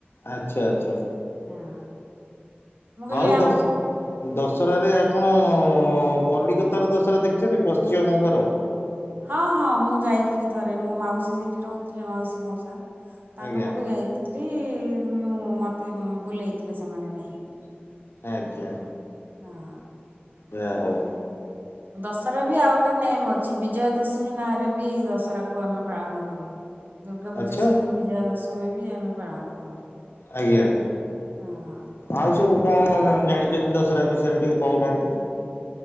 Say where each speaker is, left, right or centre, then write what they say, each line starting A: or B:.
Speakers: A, on the left; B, on the right.
A: ଆଛା ଆଛା।
B: ହଁ। ମୁଁ କହିଲି
A: ଆଉ
B: ଆମ
A: ଦଶ ଦଶହରାରେ ଆପଣ କଲିକତାରେ ଦଶହରା ଦେଖିଛନ୍ତି ପଶ୍ଚିମବଙ୍ଗର?
B: ହଁ ହଁ ମୁଁ ଯାଇଥିଲି ଥରେ ମୋ ମାଉସୀ ସେଠି ରହୁଥିଲେ ମାଉସୀ ମଉସା ତାଙ୍କ
A: ଆଜ୍ଞା
B: ପାଖକୁ ଯାଇ ଥିଲି ମୁଁ ମୋତେ ଉଁ ବୁଲେଇଥିଲେ ସେମାନେ ନେଇକି।
A: ଆଜ୍ଞା।
B: ହଁ।
A: ଯା ହଉ।
B: ଦଶହରା ବି ଆଉ ଗୋଟେ ନେମ୍ ଅଛି ବୀଜୟା ଦଶମୀ ନାଁ ରେ ବି ଦଶହରାକୁ ଆମେ ପାଳନ କରୁ। ଦୁର୍ଗା ପୂଜା
A: ଆଚ୍ଛା
B: ସହିତ ବିଜୟା ଦଶମୀ ବି ଆମେ ପାଳନ କରୁ।
A: ଆଜ୍ଞା।
B: ହଁ।
A: ଆଉ ସବୁ କଣ ଜାଣିଛନ୍ତି ଦଶହରା ବିଷୟରେ ଟିକେ କହୁନାହାନ୍ତି?